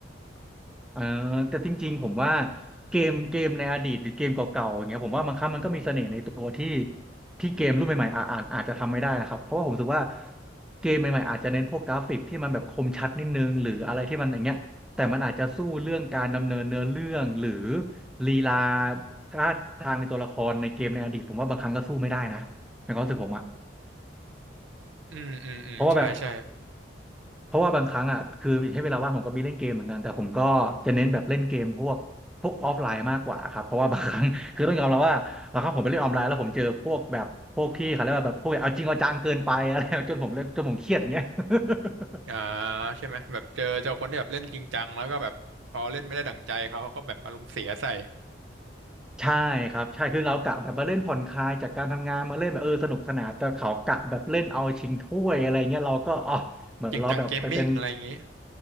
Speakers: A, in the centre; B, on the right.
A: เออแต่จริงๆผมว่าเกมเกมในอดีตหรือเกมเก่าๆอย่างเงี้ยผมว่ามันครั้งมันก็มีเสน่ห์ในตัวที่ที่เกมรุ่นใหม่ๆอาจอาจอาจจะทำไม่ได้นะครับเพราะว่าผมรู้สึกว่าเกมใหม่ๆอาจจะเน้นพวกกราฟิกที่มันแบบคมชัดนิดนึงหรืออะไรที่มันอย่างเงี้ยแต่มันอาจจะสู้เรื่องการดำเนินเนื้อเรื่องหรือ
B: ๆอืมอืม
A: ลีลาท่าทางในตัวละครในเกมในอดีตผมว่าบางครั้งก็สู้ไม่ได้นะในความรู้สึกผมอะ
B: อืมอืมอืมใช่ใช่
A: เพราะว่าแบบ เพราะว่าบางครั้งอ่ะคือให้เวลาว่างผมก็มีเล่นเกมเหมือนกันแต่ผมก็จะเน้นแบบเล่นเกมพวกพวกออฟไลน์มากกว่าครับเพราะว่าบางครั้ง <laughs> คือต้องยอมรับว่าบางครั้งผมไปเล่นออนไลน์แล้วผมเจอพวกแบบพวกที่เขาเรียกว่าแบบพวกเอาจริงเอาจังเกินไปอะไร <laughs> จนผมเล่นจนผมเครียดอย่างเงี้ย <laughs>
B: อ่าใช่ไหมแบบเจอเจ้าคนที่แบบเล่นจริงจังแล้วก็แบบพอเล่นไม่ได้ดั่งใจเขาเขาก็แบบอารมณ์เสียใส่
A: ใช่ครับใช่คือเรากะแบบมาเล่นผ่อนคลายจากการทำงานมาเล่นแบบเออสนุกสนานแต่เขากะแบบเล่นเอาชิงถ้วยอะไรเงี้ยเราก็อ๋อเหมือนเราแบบไปเป็น
B: จริงจังเกมมิ่งอะไรอย่างงี้